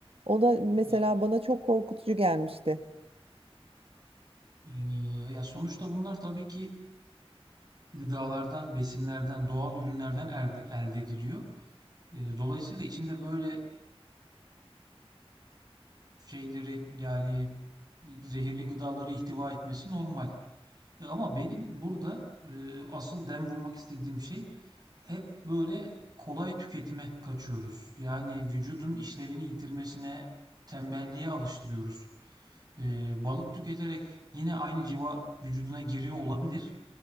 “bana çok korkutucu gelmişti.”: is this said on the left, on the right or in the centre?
Right